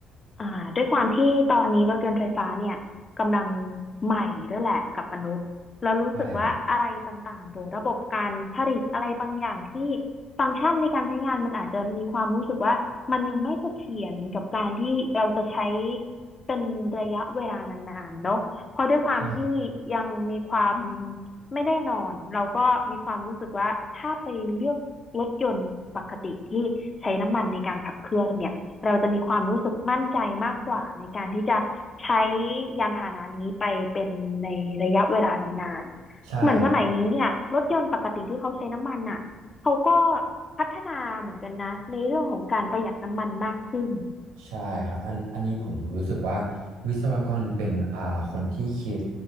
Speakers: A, on the left (about 35°); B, on the right (about 80°).
A: อ่าด้วยความที่ตอนนี้รถยนต์ไฟฟ้าเนี่ยกำลังใหม่ด้วยแหละกับมนุษย์แล้วรู้สึกว่าอะไรต่างๆหรือระบบการผลิตอะไรบางอย่างที่
B: ใช่ครับ
A: ฟังก์ชันในการใช้งานมันอาจจะมีความรู้สึกว่ามันยังไม่เสถียรกับการที่เราจะใช้เป็นระยะเวลานานๆเนอะเพราะด้วยความที่ยังมีความ
B: ใช่
A: ไม่แน่นอนเราก็มีความรู้สึกว่าถ้าไปเลือกรถยนต์ปกติที่ใช้น้ำมันในการขับเคลื่อนเนี่ย เราจะมีความรู้สึกมั่นใจมากกว่าในการที่จะใช้ยานพาหนะนี้ไปเป็นในระยะเวลานานๆเหมือนสมัยนี้เนี่ยรถยนต์ปกติที่เขาใช้น้ำมันอ่ะเขาก็
B: ใช่
A: พัฒนาเหมือนกันนะในเรื่องของการประหยัดน้ำมันมากขึ้น
B: ใช่ครับอันอันนี้ผมรู้สึกว่าวิศวกรเป็นอ่าคนที่คิด